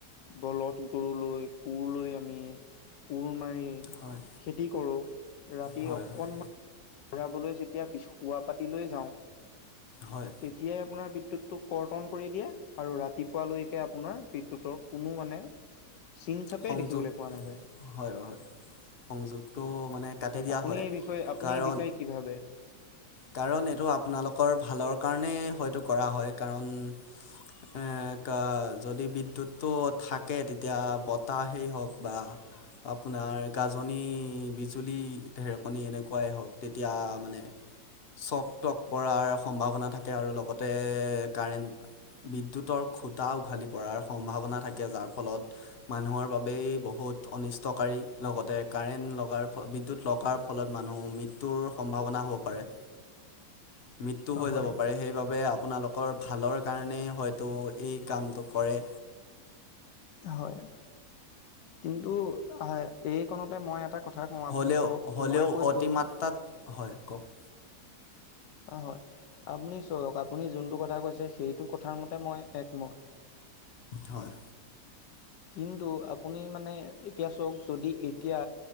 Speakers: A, on the left; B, on the left.
A: বলধ গৰু লৈ কুৰ লৈ আমি কুৰ মাৰি
B: হয়
A: খেতি কৰো ৰাতি
B: হয়
A: অকনমান
B: হয়
A: জিৰাবলৈ যেতিয়া শুৱা পাতিলৈ যাওঁ
B: হয়
A: তেতিয়াই আপোনাৰ বিদুতটোক কৰ্তন কৰি দিয়ে আৰু ৰাতিপুৱালৈকে আপোনাৰ বিদ্যুৎৰ কোনো মানে চিন চাপেই
B: সংযোগ
A: দেখিবলৈ পোৱা নাযায়।
B: হয় হয় সংযোগটো মানে কাটি দিয়া
A: আপুনি
B: হয়,
A: এই বিষয়ে আপুনি
B: কাৰণ
A: এই বিষয়ে কি ভাবে?
B: কাৰণ এইটো আপোনালোকৰ ভালৰ কাৰণে হয়তো কৰা হয়, কাৰণ এ ক যদি বিদ্যুতটো থাকে তেতিয়া বতাহেই হওক বা আপোনাৰ গাজনি, বিজুলী, ঢেৰকনি এনেকুৱাই হওক তেতিয়া মানে চক টক পৰাৰ সম্ভাৱনা থাকে, আৰু লগতে কাৰেণ্ট বিদ্যুতৰ খুটা উঘালি পৰাৰ সম্ভাৱনা থাকে যাৰ ফলত মানুহৰ বাবেই বহুত অনিষ্টকাৰী লগতে কাৰেণ্ট লগাৰ বিদ্যুৎ লগাৰ ফলত মানুহ মৃত্যুৰ সম্ভাৱনা হ'ব পাৰে। মৃত্যু হৈ
A: হয়
B: যাব পাৰে সেইবাবে আপ আপোনালোকৰ ভালৰ কাৰণেই হয়তো এই কামটো কৰে।
A: হয় কিন্তু এইকণতে মই এটা কথা কওঁ আপুনি
B: হ'লেও
A: চাওক
B: হ'লেও
A: মই কৈছোঁ
B: অতিমাত্ৰাত, হয় কওক।
A: হয়, আপুনি চওক আপুনি যোনটো কথা কৈছে সেইটো কথাৰ মতে মই একমত।
B: হয়।
A: কিন্তু আপুনি মানে এতিয়া চওক যদি এতিয়া